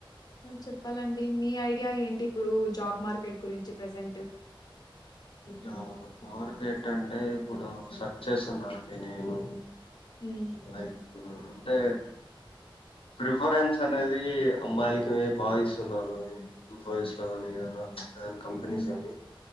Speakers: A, on the left (about 45°); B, on the left (about 80°).
A: చెప్పాలండి మీ ఐడియా ఏంటి ఇప్పుడు జాబ్ మార్కెట్ గురించి ప్రెజెంట్
B: చా మార్కెట్ అంటే ఇప్పుడు సర్చ్ చేస్సున్నా అండి నేను
A: హ్మ్
B: లైక్ అంటే ప్రిఫరెన్స్ అనేది అమ్మాయిలకి బాయిస్ ఉన్నారు. ఇన్ఫోసిస్ లో కాని ఏదనా కాన్ కంపెనీస్
A: హ్మ్
B: అని